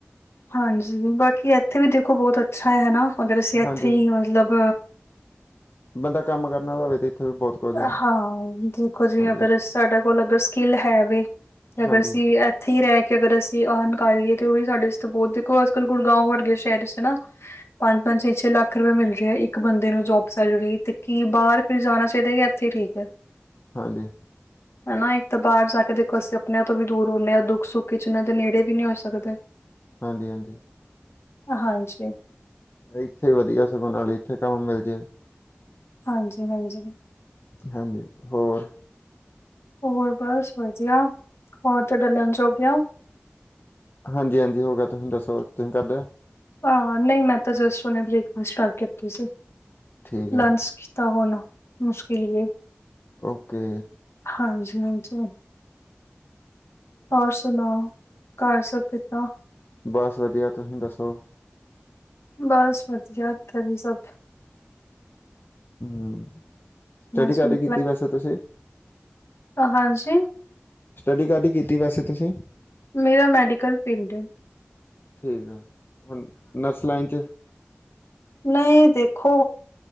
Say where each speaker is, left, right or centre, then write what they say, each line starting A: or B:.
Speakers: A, on the left; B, on the left.
A: ਹਾਂਜੀ, ਬਾਕੀ ਐਥੇ ਵੀ ਦੇਖੋ ਬਹੋਤ ਅੱਛਾ ਹੈ ਹੈਨਾ? ਅਗਰ ਅਸੀਂ ਐਥੇ
B: ਹਾਂਜੀ
A: ਹੀ ਮਤਲਬ
B: ਬੰਦਾ ਕੰਮ ਕਰਨ ਆਲਾ ਹੋਵੇ, ਤੇ ਏਥੇ ਵੀ ਬਹੁਤ ਕੁਝ ਆ
A: ਹਾਂ, ਦੇਖੋ ਜੀ
B: ਹਾਂਜੀ
A: ਅਗਰ ਸਾਡਾ ਕੋਲ ਅਗਰ ਸਕਿੱਲ ਹੈ ਵੇ, ਅਗਰ
B: ਹਾਂਜੀ
A: ਅਸੀਂ ਏ ਇੱਥੇ ਈ ਰੇਹ ਕੇ ਅਗਰ ਅਸੀਂ ਅਰਨ ਕਰ ਲਈਏ ਤੇ ਉਹ ਵੀ ਸਾਡੇ ਬਹੁਤ, ਦੇਖੋ ਅੱਜ ਕੱਲ੍ਹ ਗੁੜਗਾਂਵ ਵਰਗੇ ਸ਼ਹਿਰ ਇੱਚ ਤੇ ਨਾ ਪੰਜ-ਪੰਜ, ਛੇ-ਛੇ ਲੱਖ ਰੁਪੇਆ ਮਿਲ ਰੇਆ ਹੈ, ਇੱਕ ਬੰਦੇ ਨੂੰ ਜੋਬ ਸੈਲਰੀ, ਤੇ ਕੀ ਬਾਹਰ ਫੇਰ ਜਾਣਾ ਦੇ ਦੇਣ ਐਥੇ ਈ ਠੀਕ ਐ।
B: ਹਾਂਜੀ।
A: <inaudible> ਹਨਾ, ਇੱਕ ਤਾਂ ਬਾਹਰ ਜਾ ਕੇ ਦੇਖੋ ਅਸੀਂ ਆਪਣੇਆਂ ਤੋਂ ਵੀ ਦੂਰ ਹੁੰਨੇ ਆ, ਦੁੱਖ ਸੁੱਖ ਚ ਉਹਨਾਂ ਦੇ ਨੇੜੇ ਵੀ ਨੀ ਹੋ ਸਕਦੇ। <inaudible>
B: ਹਾਂਜੀ-ਹਾਂਜੀ।
A: ਹਾਂਜੀ।
B: ਏਥੇ ਵਧੀਆ, ਸਗੋਂ ਨਾਲੇ ਏਥੇ ਕੰਮ ਮਿਲ ਜੇ।
A: ਹਾਂਜੀ-ਹਾਂਜੀ।
B: ਹਾਂਜੀ, ਹੋਰ?
A: ਹੋਰ ਬਸ ਵਧੀਆ, ਹੋਰ ਤੁਹਾਡਾ ਲੰਚ ਹੋ ਗਿਆ?
B: ਹਾਂਜੀ-ਹਾਂਜੀ ਹੋ ਗਿਆ, ਤੁਹੀਂ ਦੱਸੋ, ਤੁਹੀਂ ਕਰ ਲਿਆ?
A: ਆ ਨਈ, ਮੈਂ ਤਾਂ ਜਸਟ ਹੁਣੇ ਬ੍ਰੇਕਫਾਸਟ ਕਰਕੇ ਹਟੀ ਸੀ।
B: ਠੀਕ ਹੈ
A: ਲੰਚ
B: ਜੀ
A: ਕੀਤਾ ਹੁਣ, ਮੁਸ਼ਕਿਲ ਈ ਏ।
B: ਓਕੇ।
A: ਹਾਂਜੀ-ਹਾਂਜੀ। ਹੋਰ ਸੁਣਾਓ? ਕਾਰ ਸਭ ਕਿੱਦਾਂ?
B: ਬਸ ਵਧੀਆ, ਤੁਹੀਂ ਦੱਸੋ?
A: ਬਸ ਵਧੀਆ ਏਥੇ ਵੀ ਸਭ।
B: ਹੂੰ, ਸਟੱਡੀ
A: ਮੈਂ ਸੁਣ
B: ਕਾਦੀ ਕੀਤੀ ਵੈਸੇ ਤੁਸੀਂ?
A: ਹ ਹਾਂਜੀ?
B: ਸਟੱਡੀ ਕਾਦੀ ਕੀਤੀ ਵੈਸੇ ਤੁਸੀਂ?
A: ਮੇਰਾ ਮੈਡੀਕਲ ਫਿੰਡ ਏ।
B: ਠੀਕ ਹੈ, ਹੁਣ ਨਰਸ ਲਾਈਨ ਚ
A: ਨਈ ਦੇਖੋ